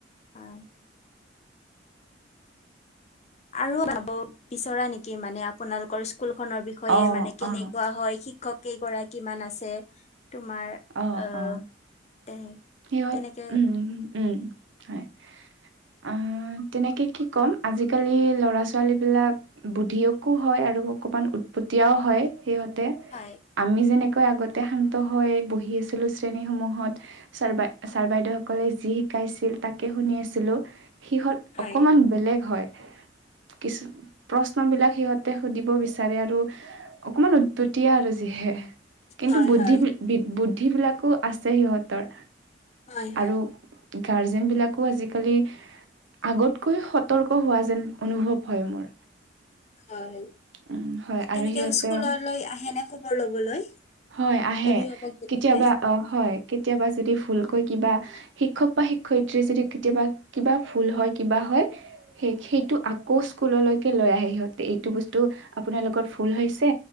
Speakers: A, on the left; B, on the right.
A: অ আৰু যাব বিচৰা নেকি মানে আপোনালোকৰ স্কুল খনৰ বিষয়ে
B: অ',
A: মানে কেনেকোৱা
B: অ',
A: হয় শিক্ষকেইগৰাকীমান আছে তোমাৰ
B: অ
A: আহ
B: অ
A: তে
B: সিহত
A: তেনেকে
B: উম উম হয়। আঁহ তেনেকে কি ক'ম আজিকালি ল'ৰা ছোৱালীবিলাক বুদ্ধিয়কো হয় আৰু অকণমান উৎ পতিয়াও হয় সিহঁতে
A: হয়।
B: আমি যেনেকৈ আগতে শান্ত হৈ বহি আছিলো শ্ৰেণীসমূহত ছাৰ বাই ছাৰ বাইদেউ সকলে যি শিকাইছিল তাকে শুনি আছিলো। সিহঁত
A: হয়
B: অকমান বেলেগ হয়। কিছু প্ৰশ্ন বিলাক সিহঁতে সুধিব বিচাৰে আৰু অকমান উৎপতীয়া আৰু যিহে কিন্তু
A: হয়
B: বুদ্ধি
A: হয়
B: বুদ্ধিবিলাকো আছে সিহঁতৰ।
A: হয় হয়
B: আৰু গাৰ্জেনবিলাকো আজিকালি, আগতকৈ সতৰ্ক হোৱা যেন অনুভৱ হয় মোৰ
A: হয়
B: উম হয়
A: তেনেকে
B: আৰু সিহঁতে
A: স্কুললৈ আহে নে খবৰ লবলৈ
B: হয় আহে
A: অভিভাৱক বিলাকে
B: কেতিয়াবা অ হয়। কেতিয়াবা যদি ভুলকৈ কিবা শিক্ষক বা শিক্ষয়ত্ৰি যদি কেতিয়াবা কিবা ভুল হয়, কিবা হয়। সেইটো আকৌ স্কুললৈকে লৈ আহে সিহঁতে এইটো বস্তু আপোনালোকৰ ভুল হৈছে।